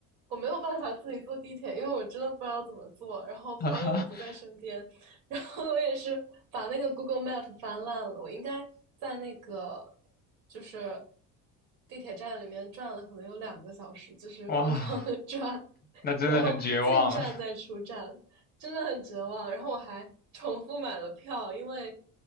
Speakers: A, on the right; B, on the left.
A: 我没有办法自己坐地铁，因为我真的不知道怎么坐，然后朋友都不在身边，
B: <laughs>
A: 然后我也是把那个 Google Map 翻烂了，我应该在那个就是地铁站里面转了，可能有两个小时，就是疯狂的转，
B: 哇，那真的很绝望了，
A: 然后进站再出站，真的很绝望。然后我还重复买了票，因为